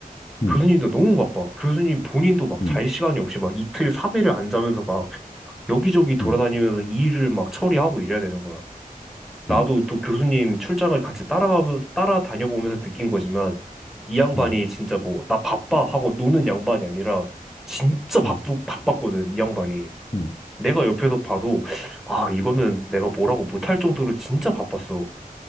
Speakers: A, on the left; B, in the centre.
A: 음,
B: 교수님도 너무 바빠. 교수님 본인도 막
A: 음,
B: 잘 시간이 없이 막 이틀, 삼일을안 자면서 막 여기저기 돌아다니면서
A: 음, 음,
B: 일을 막 처리하고 이래야 되는 거야. 나도
A: 음,
B: 또 교수님 출장을 같이 따라가, 따라다녀 보면서 느낀 거지만 이 양반이
A: 음,
B: 진짜 뭐, 나 바빠 하고 노는 양반이 아니라 진짜 바쁘,
A: 음,
B: 바빴거든, 이 양반이.
A: 음,
B: 내가 옆에서 봐도 아, 이거는 내가 뭐라고 못할 정도로 진짜 바빴어.